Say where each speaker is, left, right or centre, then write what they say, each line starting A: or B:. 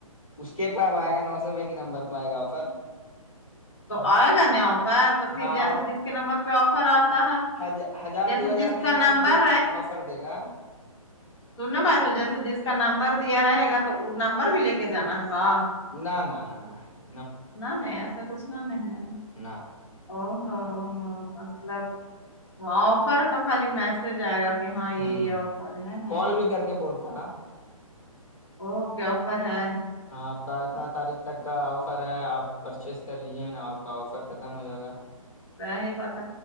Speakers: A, on the left; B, on the left.
A: اس کے پہ آب آئے گا نو سو بھائی کے نمبر پہ آئے گا آفر
B: تو آئے گا نہیں آفر تو پھر
A: ہاں
B: جیسے جس کے نمبر پہ آفر آتا ہے
A: ہ ہزار
B: جیسے
A: دو ہزار
B: جس
A: میں
B: کا
A: نہ
B: نمبر
A: دے آفر دے گا
B: سننا بھائی تو جیسے جس کا نمبر دیا رہے گا تو وہ نمبر بھی لے کے جانا ہے کا
A: نہ نہ نہ
B: نہ نہیں ایسا کچھ نہ نہیں ہے
A: نہ
B: او ہو مطلب آفر کا خالی میسج آئے گا <unintelligible> کہ ہاں یہ
A: ہ
B: یہ آفر ہے نہیں
A: کال بھی کر کے بولتا
B: وہ پپر ہے
A: ہاں آپ کا اتنا تاریخ تک کا آفر ہے آپ پرچیز کر لیجیے نا آپ کا آفر ختم ہو جائے گا
B: رہ ہے بتا